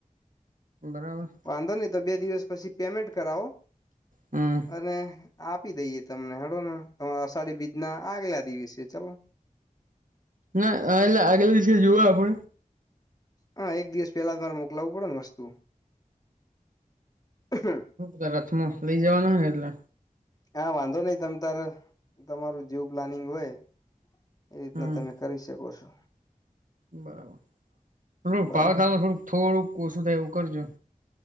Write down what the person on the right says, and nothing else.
બરાબર
હમ
ના એટલે આગલા દિવસે જુઓ આપે
તા રથમાં લઈ જવાનું હ એટલે
હમ
બરાબર થોડુંક
પાાવખાડમાં થોડુંક થોડુંક ઓછું થાય એવું કરજો